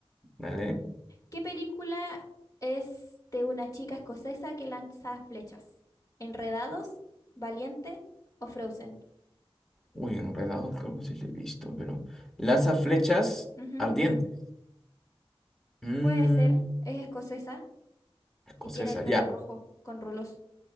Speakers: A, in the centre; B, on the left.
A: Dale.
B: ¿Qué película es de una chica escocesa que lanza flechas? ¿Enredados, Valiente o Frozen?
A: Uy, enredado, creo que sí le he visto, pero. Lanza flechas
B: Ujú,
A: ardientes. Mmm,
B: Puede ser, es escocesa
A: escocesa,
B: y tiene el pelo
A: ya.
B: rojo con rulos.